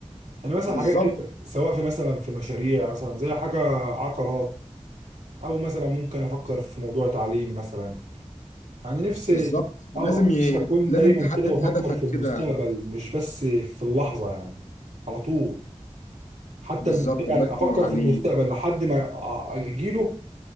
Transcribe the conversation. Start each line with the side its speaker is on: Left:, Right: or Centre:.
Right: يعني مثلا
Left: بالظبط
Right: حاجات كده سواء في مثلا في مشاريع مثلا زي حاجه عقارات او مثلا ممكن افكر في موضوع تعليم مثلا يعني نفسي
Left: بالظبط لازم
Right: اه نفسي
Left: ي...
Right: اكون
Left: لازم
Right: دايما
Left: تحدد
Right: كده بفكر
Left: هدفك
Right: في المستقبل
Left: كده
Right: مش بس في اللحظه يعني على طول حتى
Left: بالظبط
Right: الم- يعني
Left: الله
Right: افكر
Left: ينور عليك
Right: في المستقبل لحد ما أ- اجيله